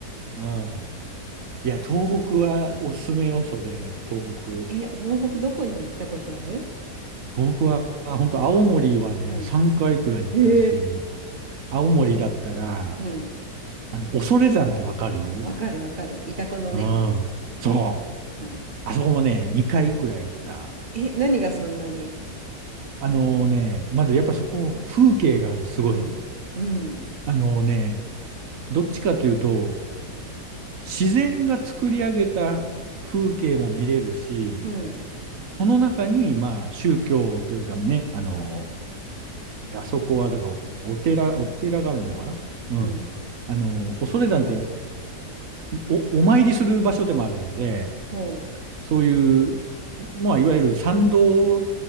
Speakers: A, on the right; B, on the right.
A: うん。いや、東北はおすすめよ、それ、東北。
B: え、東北どこに行ったことある
A: 東北は、あ本当青森はね、
B: う
A: 3回くらい行ったし、
B: ん。ええ
A: 青森だったら、
B: うん。
A: あの、恐山ってわかるう
B: わかるわかる。イタコのね。
A: ん。そう。
B: うん。
A: あそこもね、2回くらい行った。
B: え、何がそんなに
A: あのね、まずやっぱそこ、風景がすごい。
B: うん。うん。
A: あのね、どっちかというと、自然が作り上げた風景も見れるし、
B: うん。
A: その中に、まあ、宗教というかね、あの、あそこは、だから、お寺、お寺があるのかなうん。
B: うん。
A: あの、恐山ってお、お参りする場所でもあるので、
B: ほ
A: そういう、まあ、いわゆる参道っ